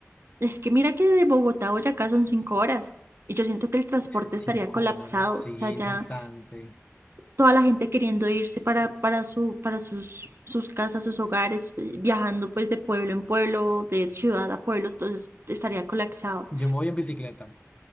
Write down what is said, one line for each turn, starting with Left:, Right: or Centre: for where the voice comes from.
Right: es que mira que de Bogotá a Boyacá son cinco horas. Y yo siento que el transporte
Left: Cinco
Right: estaría colapsado,
Left: horas, sí,
Right: o sea, ya
Left: bastante.
Right: toda la gente queriendo irse para, para, su, para sus, sus casas, sus hogares, eh, viajando pues de pueblo en pueblo, de ciudad a pueblo, entonces estaría colapsado.
Left: Yo me voy en bicicleta,